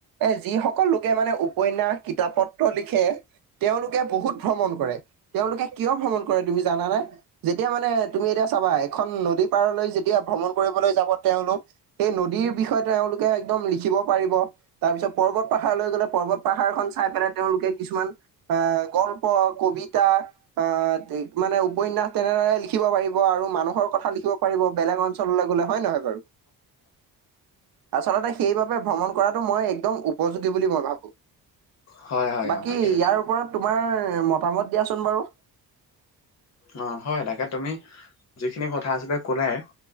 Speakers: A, on the right (about 65°); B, on the left (about 45°).
A: এ যিসকল লোকে মানে উপন্যাস কিতাপ-পত্ৰ লিখে তেওঁলোকে বহুত। ভ্ৰমণ কৰে তেওঁলোকে কিয় ভ্ৰমণ কৰে তুমি জানানে? যেতিয়া মানে তুমি এতিয়া চাবা এখন নদী পাৰলৈ যেতিয়া ভ্ৰমণ কৰিবলৈ যাব তেওঁলোক। সেই নদীৰ বিষয়ে তেওঁলোকে একদম লিখিব পাৰিব। তাৰ পিছত পৰ্বত-পাহাৰলৈ গলে পৰ্বত-পাহাৰখন চাই পেলাই তেওঁলোকে কিছুমান। আ গল্প, কবিতা। আ মানে উপন্যাস তেনেদৰে লিখিব পাৰিব আৰু মানুহৰ কথা লিখিব পাৰিব বেলেগ অঞ্চল। তললে গ'লে হয় নহয় বাৰু? আচলতে সেইব। ভ্ৰমণ কৰাটো মই একদম উপযোগী বুলি মই ভাবো।
B: হয়, হয়,
A: বাকী
B: অ', তাকে
A: ইয়াৰ ওপৰত তোমাৰ মতামত দিয়াচোন বাৰু।
B: অ, হয় তাকে তুমি যিখিনি কথা আছিলে কলাই